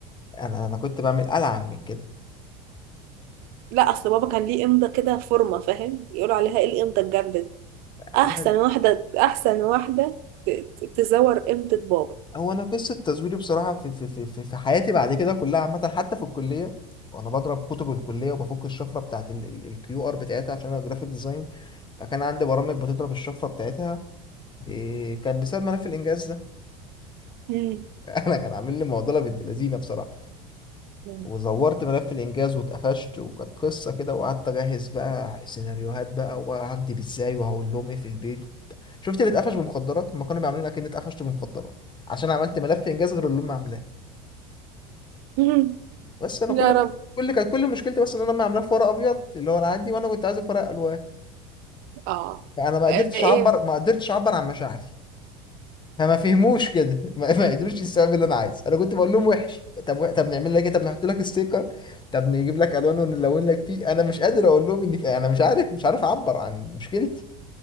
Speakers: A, on the left (about 25°); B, on the right (about 55°).
A: انا انا كنت بعمل العن من كده
B: لا اصل بابا كان ليه امضه كده فورمه فاهم يقولوا عليها ايه الامضه الجامده دي
A: انا
B: احسن واحده احسن واحده ت- ت- تزور امضه بابا
A: هو انا قصه تزويري بصراحه في في في في في حياتي بعد كده كلها عامه حتى في الكليه وانا بضرب كتب الكليه وبفك الشفره بتاعت الكيو ار بتاعتها عشان انا جرافيك ديزاين فكان عندي برامج بتضرب الشفره بتاعتها إيه كان بسبب ملف الانجاز ده
B: مم.
A: <laughs> انا كان عامل لي معضله بنت لذينه بصراحه
B: <laughs> مم.
A: وزورت ملف الانجاز واتقفشت وكانت قصه كده وقعدت اجهز بقى سيناريوهات بقى وهكدب ازاي وهقول لهم ايه في البيت شفت اللي اتقفش بمخدرات ما كانوا بيعملونا كأني اتقفشت بمخدرات عشان عملت ملف انجاز غير اللي هم عاملاه
B: مم.
A: بس انا
B: يا
A: كل
B: رب
A: كل كانت كل مشكلتي بس ان انا ما عاملاه في ورق ابيض اللي هو العادي وانا كنت عايزه في ورق الوان
B: اه
A: فانا ما قدرتش
B: آه، ايه
A: اعبر ما قدرتش اعبر عن مشاعري فما فهموش كده <laughs> ما, ما قدروش السبب اللي انا عايزه انا كنت بقول لهم وحش طب و- طب نعمل لك ايه طب نحط لك ستيكر طب نجيب لك الوان ونلون لك فيه انا مش قادر اقول لهم اني في... انا مش عارف مش عارف اعبر عن مشكلتي